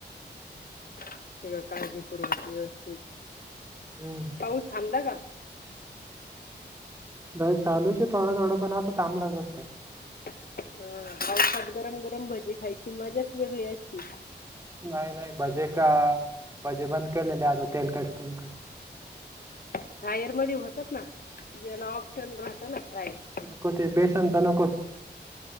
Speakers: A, on the left; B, on the right.
A: सगळं काळजीपूर्व व्यवस्थित
B: हम्म
A: पाऊस थांबला का?
B: बाहेर चालू आहे थोडं थोडं पण आता थांबला सध्या.
A: हा पावसात गरम गरम भजी खायची मजाच वेगळी असती.
B: नाही नाही भजे का भजे बंद केलेले आता तेलकट तुलकट.
A: फ्रायर मध्ये होतात ना ज्याला ऑप्शन राहतं ना फ्रायर.
B: नको ते बेसन च नकोत.